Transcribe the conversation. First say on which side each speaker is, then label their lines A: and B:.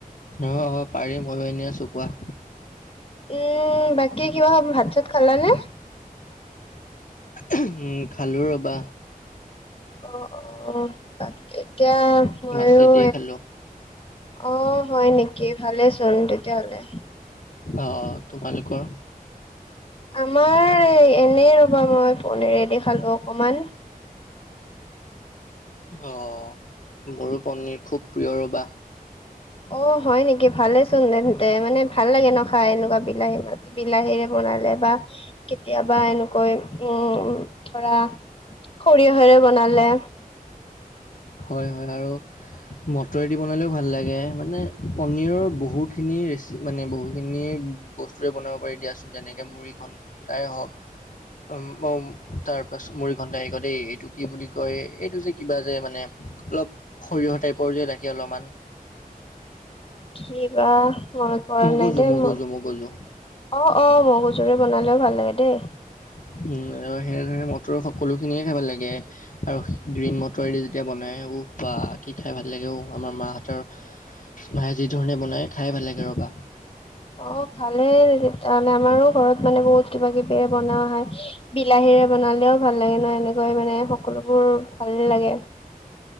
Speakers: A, on the left; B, on the left.
A: অ, অ, পাৰিম মই এনে আছো কোৱা?
B: উম বাকী কিবা ভাত চাত খালানে?
A: উম, খালো ৰবা।
B: অ, অ, তাকে এতিয়া ময়ো
A: মাছেদিয়ে খালো।
B: অ, হয় নেকি? ভালে চোন তেতিয়াহ'লে।
A: অ, তোমালোকৰ?
B: আমাৰ এনেই ৰবা মই পণৰেদি খালো অকমান।
A: অ, মোৰো পনিৰ খুব প্ৰিয় ৰবা।
B: অ, হয় নেকি ভালেচোন তেন্তে মানে ভাল লাগে নখাই এনেকুৱা বিলাহী মাজ, বিলাহীৰে বনালে বা কেতিয়াবা এনেকৈ উম, ধৰা সৰিয়হেৰে বনালে।
A: হয়-হয় আৰু মটৰদি বনালেও ভাল লাগে, মানে পনীৰৰ বহুখিনি ৰেচি মানে বহুখিনি বস্তুৰে বনাব পাৰি দিয়াচোন যেনেকে মুড়ি ঘনতাই হওক। উম, অ, তাৰ পাছ মুৰি ঘণ্টাই আহ ক দেই এইটো কি বুলি কয় এইটো যে, কিবা যে মানে অলপ সৰিয়হৰ টাইপৰ যে লাগে অলপমান।
B: কি বা মনত পৰা
A: মগজু
B: নাই দে
A: মগজু
B: মোৰ। অ,
A: মগজু
B: অ, মহুচহু বনালেও ভাল লাগে দেই।
A: উম, সেনেধৰে মটৰ সকলো খিনিয়ে খাই ভাল লাগে। আৰু গ্ৰীণ মটৰ এৰি যেতিয়া বনাই বা কি খাই ভাল লাগেও আমাৰ মাহতৰ মায়ে যি ধৰণে বনাই খাই ভাল লাগে ৰবা।
B: অ, ভালেলে আমাৰো ঘৰত মানে বহুত কিবা কিবি বনোৱা হয়। বিলাহীৰে বনালেও ভাল লাগে ন এনেকৈ মানে সকলোবোৰ ভালে লাগে।